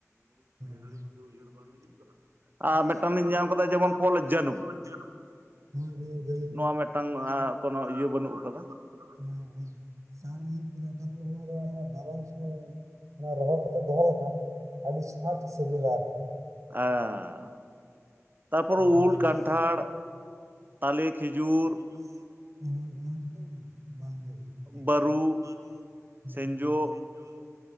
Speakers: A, on the right; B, on the right.
A: ᱜᱷᱟᱹᱲᱤᱡ ᱫᱚ ᱩᱭᱦᱟᱹᱨ ᱵᱟᱝ ᱦᱤᱡᱩᱜ ᱠᱟᱱᱟ ᱾
B: ᱟᱨ ᱢᱤᱫᱴᱟᱝ ᱞᱤᱧ
A: ᱟᱨ
B: ᱧᱟᱢ
A: ᱢᱮᱫᱴᱟᱝ
B: ᱠᱟᱫᱟ
A: ᱞᱤᱧ
B: ᱡᱮᱢᱚᱱ
A: ᱧᱮᱞ
B: ᱯᱷᱚᱞ
A: ᱠᱟᱫᱟ ᱡᱮᱢᱚᱱ
B: ᱡᱟᱹᱱᱩᱢ
A: ᱯᱷᱚᱞ ᱡᱟᱹᱱᱩᱢ ᱾ <unintelligible>
B: ᱱᱚᱣᱟ ᱢᱤᱫᱴᱟᱝ
A: ᱱᱚᱣᱟ ᱢᱤᱫᱴᱟᱝ
B: ᱠᱳᱱᱳ
A: ᱫᱚ ᱦᱟᱸᱜ
B: ᱤᱭᱟᱹ ᱵᱟᱹᱱᱩᱜ
A: ᱠᱚᱱᱚ
B: ᱠᱟᱫᱟ
A: ᱤᱭᱟᱹ ᱵᱟᱹᱱᱩᱜ᱾ ᱦᱮᱸ ᱦᱮᱸ ᱥᱟᱨ <unintelligible> ᱚᱱᱟ ᱫᱚ ᱨᱟᱵᱟᱝ ᱥᱚᱢᱚᱭ ᱚᱱᱟ ᱨᱚᱦᱚᱲ ᱠᱟᱛᱮ ᱫᱚᱦᱚ ᱞᱮᱠᱷᱟᱱ ᱟᱹᱰᱤ <unintelligible> ᱥᱤᱵᱤᱞᱟ ᱟᱨᱠᱤ᱾
B: ᱟᱸᱻ ᱛᱟᱨᱯᱚᱨᱮ ᱩᱞ,
A: ᱚᱱᱟ
B: ᱠᱟᱱᱴᱷᱟᱲ,
A: ᱫᱷᱚᱨᱚᱱ ᱨᱮ
B: ᱛᱟᱞᱮ, ᱠᱷᱤᱡᱩᱨ ᱾
A: ᱠᱷᱤᱡᱩᱨ ᱦᱳᱭ ᱚᱱᱟ ᱠᱚᱫᱚ ᱵᱟᱝ ᱜᱮ ᱤᱭᱟᱹᱜ
B: ᱵᱟᱹᱨᱩ
A: ᱵᱟᱹᱨᱩ, ᱦᱩᱸ,
B: ᱥᱮᱸᱡᱳ
A: ᱥᱮᱸᱡᱳ,